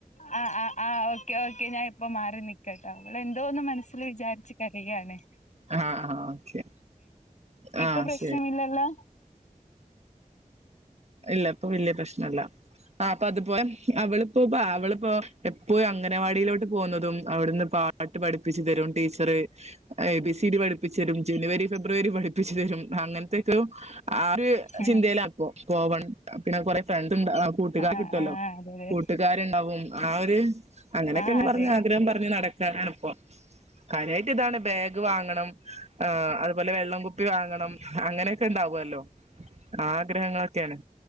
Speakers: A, on the left (about 60°); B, on the right (about 50°).
A: ആ ആ ആ ഓക്കെ ഓക്കെ ഞാൻ ഇപ്പോ മാറി നിക്ക അവൾ എന്തോ ഒന്ന് മനസ്സിൽ വിചാരിച്ച് <unintelligible>
B: ആഹ് ആഹ് ഓക്കെ
A: ഇപ്പൊ
B: ആഹ്
A: പ്രശ്നമില്ലല്ലോ
B: ശരി ഇല്ല ഇപ്പൊ വല്യ പ്രശ്നല്ല ആ ഇപ്പൊ അതുപോലെ അവളിപ്പോ അവളിപ്പോ എപ്പോഴും അംഗനവാടിയിലോട്ട് പോകുന്നതും അവിടുന്ന് പാട്ട് പഠിപ്പിച്ചു തരും teacher A B C D പഠിപ്പിച്ചരും ജനുവരി ഫെബ്രുവരി പഠിപ്പിച്ചു തരും അങ്ങനത്തൊക്കെ ആ ഒരു
A: ആഹ്
B: ചിന്തയിലാപ്പൊ പോവണം പിന്നെ കൊറെ ഫ്രണ്ട് ഉണ്ട് കൂട്ടുകാർ
A: ആഹ്
B: കിട്ടൊല്ലോ
A: ആഹ് അതെ അതെ
B: കൂട്ടുകാരുണ്ടാവും ആ ഒരു അങ്ങനെയൊക്കെ
A: ആഹ് അതെ
B: പറഞ്ഞ ആഗ്രഹം പറഞ്ഞ് നട കലാണിപ്പ കാര്യായിട്ട് ഇതാണ് ബാഗ് വാങ്ങണം ആഹ് അതുപോലെ വെള്ളം കുപ്പി വാങ്ങണം അങ്ങനെ ണ്ടാവൊല്ലോ ആഗ്രഹങ്ങൾ <unintelligible>